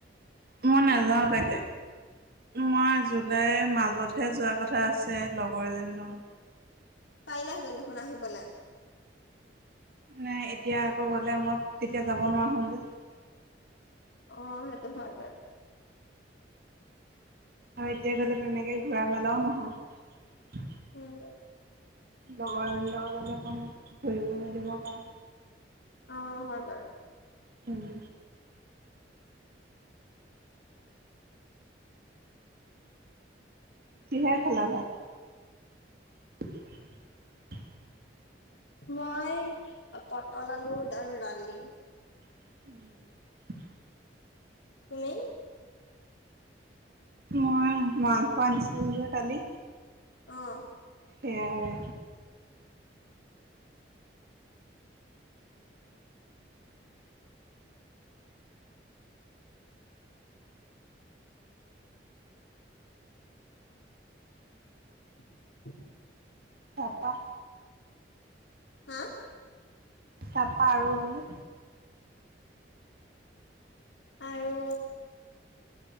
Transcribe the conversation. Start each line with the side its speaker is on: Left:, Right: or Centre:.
Right: মই নেযাওঁ কাইলে মই জুলাইৰ মাজতহে যোৱা কথা আছে লগৰ এজনীৰ লগত
Left: পাৰিলাহেঁতেন দেখুন আহিবলে
Right: নাই এতিয়া আকৌ গ'লে মই তেতিয়া যাব নোৱাৰা হম যে
Left: অ সেইটো হয় বাৰু
Right: আৰু এতিয়া গ'লে তেনেকে ঘূৰা মেলাও নহয়
Left: উম
Right: লগৰজনী লগত গলে অকণ ঘূৰিব মেলিব পাম
Left: অ হয় বাৰু
Right: উম কিহেৰে খালা ভাত? <unintelligible>
Left: মই পটল, আলু আৰু দালি
Right: <inaudible>
Left: তুমি?
Right: মই মাংস আনিছিলোঁগে কালি।
Left: অ
Right: সেয়ায়ে
Left: <inaudible>
Right: তাপা
Left: হা?
Right: তাপা আৰু বোলো
Left: আৰু